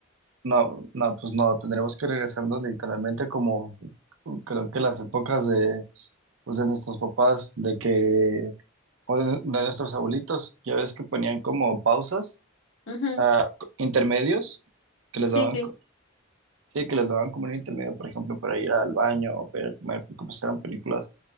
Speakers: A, on the right (about 80°); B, on the left (about 70°).
A: No, no, pues no, tendríamos que regresarnos literalmente como creo que las épocas de, pues de nuestros papás, de que, o de, de nuestros abuelitos, ya ves que ponían como pausas,
B: Ujú.
A: ah, co- intermedios, que les
B: Sí,
A: daban,
B: sí,
A: co- sí, que les daban como un intermedio, por ejemplo, para ir al baño o para ir a comer, porque pues eran películas,